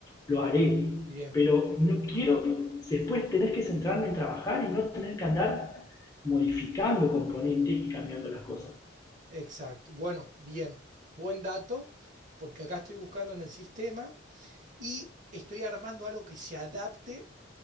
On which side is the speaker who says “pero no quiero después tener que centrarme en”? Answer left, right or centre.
Left